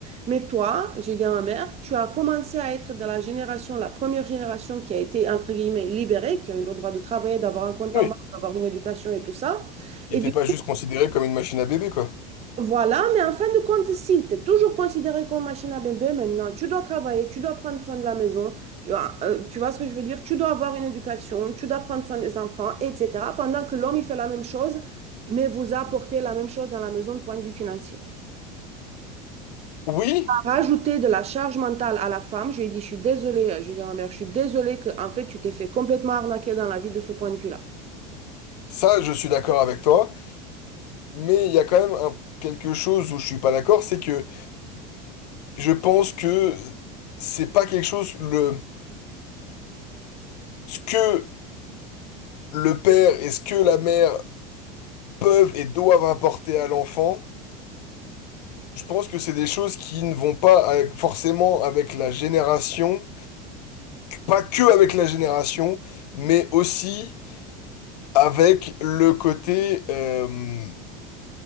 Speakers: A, on the right (about 30°); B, on the left (about 80°).
A: Mais toi, j'ai dit à ma mère, tu as commencé à être de la génération, la première génération qui a été, entre guillemets, libérée, qui a eu le droit de travailler, d'avoir un compte
B: oui.
A: en banque, d'avoir une éducation et tout ça. Et
B: Il n'était
A: du
B: pas juste considéré comme une machine à bébé, quoi.
A: voilà, mais en fin de compte, si tu es toujours considéré comme machine à bébé maintenant, tu dois travailler, tu dois prendre soin de la maison, tu vois, euh, tu vois ce que je veux dire? Tu dois avoir une éducation, tu dois prendre soin des enfants, etc. Pendant que l'homme, il fait la même chose, mais vous apportez la même chose dans la maison de point de vue financier.
B: Oui,
A: Rajouter de la charge mentale à la femme, je lui ai dit, je suis désolée, euh, je lui ai dit à ma mère, je suis désolée que, en fait, tu t'es fait complètement arnaquer dans la vie de ce point de vue-là.
B: ça, je suis d'accord avec toi, mais il y a quand même un- quelque chose où je suis pas d'accord, c'est que Je pense que c'est pas quelque chose le ce que le père et ce que la mère peuvent et doivent apporter à l'enfant. Je pense que c'est des choses qui ne vont pas avec- forcément avec la génération, pas que avec la génération, mais aussi avec le côté euh,